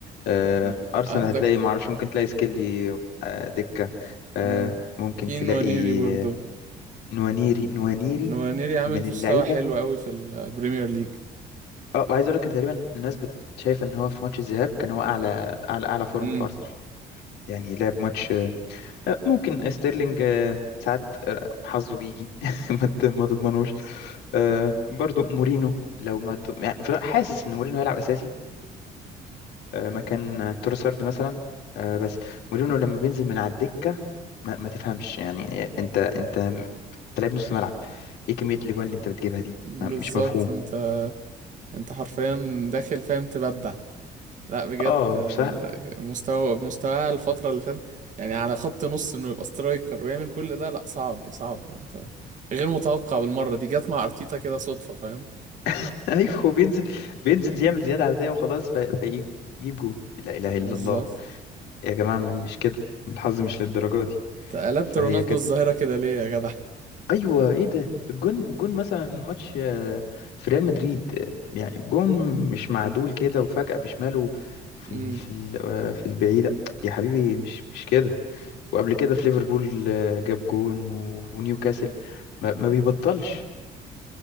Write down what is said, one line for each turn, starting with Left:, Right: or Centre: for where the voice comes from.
Left: آه،
Right: يعني
Left: ارسنال
Right: عندك
Left: هتلاقي ما اعرفش ممكن تلاقي سكيلي آه، دكه آه،
Right: مم،
Left: ممكن
Right: في
Left: تلاقي
Right: نوانيري برضه
Left: آه، نوانيري
Right: مم،
Left: نوانيري
Right: نوانيري عامل
Left: من
Right: مستوى
Left: اللعيبه
Right: حلو قوي في البريمير ليج
Left: اه عايز اقول لك إن تقريبا الناس بت- شايفه ان هو في ماتش الذهاب كان هو اعلى اعلى اعلى فورم
Right: امم
Left: في ارسنال يعني لعب ماتش آه، ممكن ستيرلينج آه، ساعات آه، حظه بيجي <laughs> ما ت- ما تضمنوش آه، برضو مورينو لو ما ت- يعني فر- حاسس ان مورينو هيلعب اساسي آه، مكان آه، تروسارد مثلا آه، بس مورينو لما بينزل من على الدكه ما, ما تفهمش يعني انت انت انت لعيب نص ملعب ايه كميه الاجوان اللي انت بتجيبها دي
Right: بالظبط
Left: ما- مش مفهوم
Right: انت انت حرفيا داخل فاهم تبدع لا بجد
Left: اه
Right: آه،
Left: بصراحه
Right: مستوى مستوى الفترة اللي فاتت يعني على خط نص انه يبقى سترايكر ويعمل كل ده لا صعب صعب انت غير متوقع بالمرة دي جت مع ارتيتا كده صدفة فاهم
Left: <laughs> ايوه هو بينزل بينزل يعمل زياده عاديه وخلاص في- فيجيب يجيب جون لا اله الا
Right: بالظبط
Left: الله يا جماعه ما مش كده الحظ مش للدرجه دي
Right: تقلبت
Left: فهي
Right: رونالدو
Left: كانت
Right: الظاهرة كده ليه يا جدع
Left: ايوه ايه ده الجون جون مثلا ماتش آه، في ريال مدريد آه، يعني جون مش معدول كده وفجأة بشماله في
Right: امم
Left: ال في ال آه، في البعيدة يا حبيبي مش مش كده وقبل كده في ليفربول آه، جاب جون و- ونيوكاسل ما, ما بيبطلش